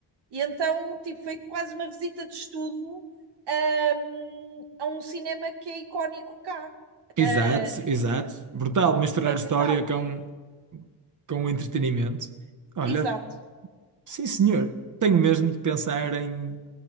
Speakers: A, on the right; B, on the right.
A: E então, tipo, foi quase uma visita de estudo um, a um cinema que é icónico cá. Uh,
B: Exato, exato. Brutal misturar
A: foi
B: história
A: brutal.
B: com, com o entretenimento. Olha,
A: Exato.
B: sim senhor, tenho mesmo de pensar em,